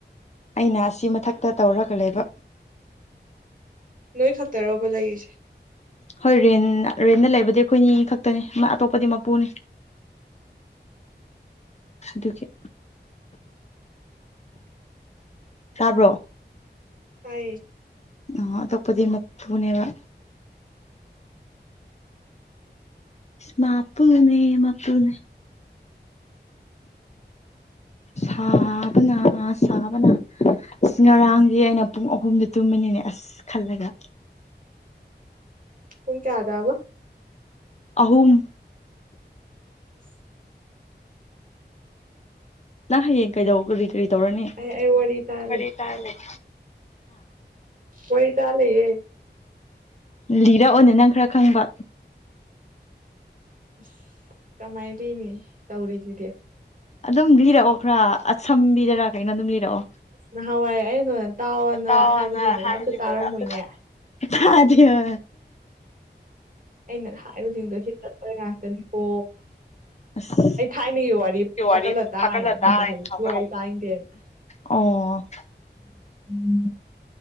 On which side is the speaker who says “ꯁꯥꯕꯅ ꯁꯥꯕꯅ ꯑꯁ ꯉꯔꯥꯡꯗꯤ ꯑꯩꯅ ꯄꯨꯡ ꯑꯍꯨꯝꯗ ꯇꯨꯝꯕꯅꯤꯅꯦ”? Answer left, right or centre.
Left